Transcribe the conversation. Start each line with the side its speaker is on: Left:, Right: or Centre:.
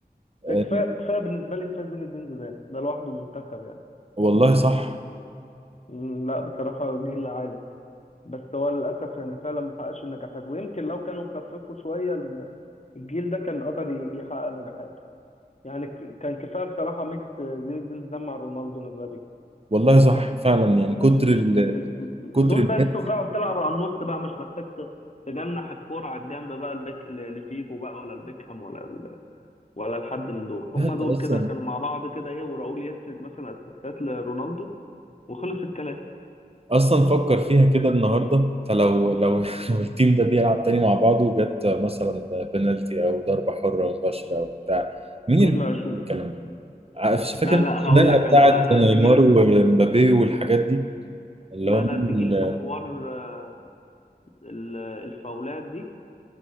Left: ده
Right: آه،
Left: كفايه كفايه بالنسبه لي كفايه زين الدين زيدان ده لوحده منتخب يعني
Right: والله صح
Left: مم، لا بصراحه جيل عالي بس هو للاسف يعني فعلا ما حققش النجاحات ويمكن لو كانوا خففوا شويه ال- الجيل ده كان قدر ي- يحقق نجاحات يعني ك- كان كفايه بصراحه ميكس زين الدين زيدان مع رونالدو نظري
Right: والله صح فعلا يعني كتر
Left: مش
Right: ال...
Left: م- م-
Right: كتر
Left: دول
Right: الجد
Left: بس وتقعد تلعب على النص بقى مش محتاج ت- تجنح الكرة على الجنب بقى البيك لفيجو بقى ولا البيكهام ولا ال... ولا لحد من دول هم
Right: انت
Left: دول
Right: اصلا
Left: كده كانوا مع بعض كده ايه وراؤول يسند مثلا اسيستات لرونالدو وخلص الكلام
Right: اصلا فكر فيها كده النهارده انت لو لو <laughs> لو التيم ده بيلعب تاني مع بعضه جت مثلا بنالتي او ضربه حره مباشره او بتاع مين
Left: مين
Right: اللي
Left: اللي هيشوط
Right: بيعمل الكلام ده عارف- فاكر
Left: لا
Right: أنت
Left: لا
Right: الخناقه
Left: هقول لك
Right: بتاعت
Left: انا لا لا
Right: نيمار
Left: تجي لي في
Right: ومبابي والحاجات دي اللي
Left: لا
Right: هو مين
Left: لا تجي لي
Right: ال-
Left: في حوار آه، ال- الفاولات دي